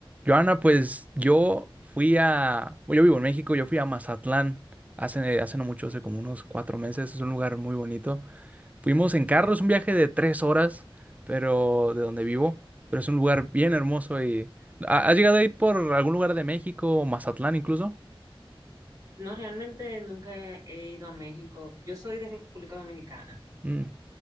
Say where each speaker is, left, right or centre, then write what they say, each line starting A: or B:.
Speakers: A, on the right; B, on the right.
A: Joana, pues yo fui a, bueno, yo vivo en México, yo fui a Mazatlán hace, hace no mucho, hace como unos cuatro meses, es un lugar muy bonito. Fuimos en carro, es un viaje de tres horas, pero de donde vivo, pero es un lugar bien hermoso y... ¿ha- ¿Has llegado a ir por algún lugar de México o Mazatlán incluso?
B: No, realmente nunca he ido a México. Yo soy de República Dominicana,
A: Mm.